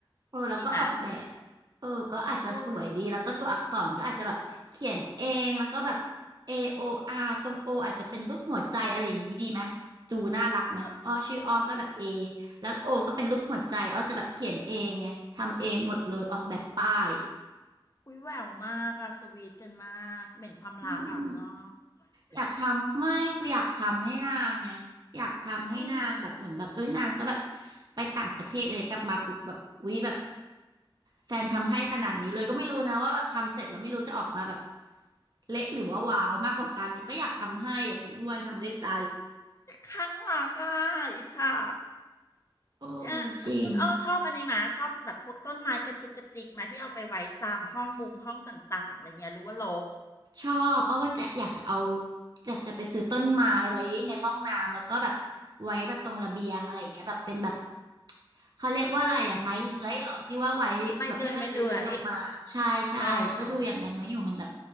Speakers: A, on the right; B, on the left.
A: เออแล้วก็ออกแบบ
B: ดีไหมะ
A: เออก็อาจจะสวยดีแล้วก็ตัวอักษรก็อาจจะแบบเขียนเองแล้วก็แบบเอโออาร์ตรง
B: โอ้
A: O ออาจจะเป็นรูปหัวใจอะไรอย่างนี้ดีไหมดูน่ารักไหมอ้อชื่ออ้อก็แบบ
B: ก็
A: A แล้ว O ก็เป็นรูปหัวใจอ้อจะแบบเขียนเองไงทำเองหมดเลยออกแบบป้าย
B: อุ้ยแหววมากอะสวีทกันมาก เหม็นความรักอะคุณอ้อ
A: อืม อยากทำไม่คืออยากทำให้นางไงอยากทำให้นางแบบเหมือนแบบเอ้ยนางก็แบบ
B: <laughs> อืม
A: ไปต่างประเทศอะไรกลับมาปุ๊บแบบวิแบบแฟนทำให้ขนาดนี้เลยก็ไม่รู้นะว่าแบบทำเสร็จแล้วไม่รู้จะออกมาแบบเละหรือว่าว้าวมากกว่ากันแต่ก็อยากทำให้อะคุณอ้วนทำด้วยใจ
B: ครั้งหลอกอ่ะอิจฉา
A: โอ้
B: เนี่ยแล้วคุณอ้อชอบอันนี้ไหมาชอบแบบพวกต้นไม้กระจุกกระจิกมาที่เอาไปไว้ตามห้องมุมห้องต่างๆอะไรเงี้ยหรือว่ารก
A: จริง ชอบอ้อว่าจะอยากจะเอาอยากจะไปซื้อต้นไม้ไว้ในห้องน้ำแล้วก็แบบไว้แบบตรงระเบียงอะไรอย่างเงี้ยแบบเป็นแบบเขาเรียกว่าอะไรอ่ะไม้เลื้อยเหรอที่ว่าไว้แบบให้มันเลื้อยเลื้อยลงมาใช่ใช่ก็ดูอย่างนั้นไว้อยู่มันแบบ
B: ไม่เลื่อยไม่เลื่อยเออ